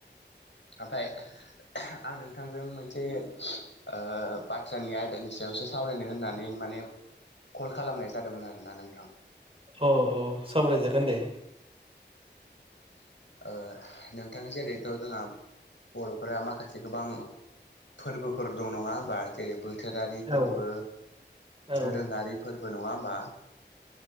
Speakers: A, on the left; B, on the right.
A: ओमफ्राय आं नोंथांजों मोनसे ओ बाथ्रानि आयदानि सायावसो सावरायनो होननानै माने कल खालामनाय जादोंमोन आरोना नोंथां
B: ओ ओ सावराय जागोन दे
A: ओ नोंथां जेरैथ' जोंहा बर'फोरा माखासे गोबां फोरबोफोर दं नङा होनबा जेरै बो थोरारि फोरबो
B: औ औ
A: दोरोङारि फोरबो नङा होमबा